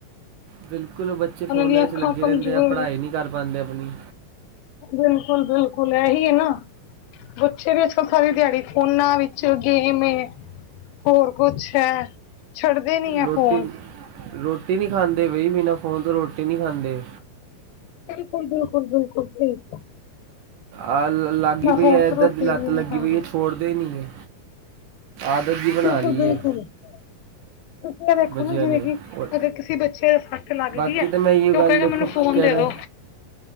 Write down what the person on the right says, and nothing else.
ਬਿਲਕੁਲ ਬੱਚੇ
ਫੋਨਾਂ
'ਚ ਲੱਗੇ
ਰਹਿੰਦੇ ਆ, ਪੜ੍ਹਾਈ ਨਹੀਂ ਕਰ ਪਾਉਂਦੇ ਆਪਣੀ
ਰੋਟੀ,
ਰੋਟੀ ਨਹੀਂ ਖਾਂਦੇ ਬਈ ਬਿਨਾਂ ਫ਼ੋਨ ਤੋਂ ਰੋਟੀ ਨਹੀਂ ਖਾਂਦੇ
ਆ ਲੱਗੀ
ਪਈ
ਐ ਇਦਾਂ
ਦੀ ਲੱਤ
ਲੱਗੀ
ਪਈ ਐ ਛੋੜਦੇ ਹੀ ਨਹੀਂ ਐ ਆਦਤ ਜੀ ਬਣਾ
ਲਈ
ਏ
ਬੱਚਿਆਂ
ਨੇ
ਔਰ
ਬਾਕੀ
ਤਾਂ ਮੈਂ ਇਹ
ਗੱਲ
ਦੇਖੋ
ਕਹਿਣਾ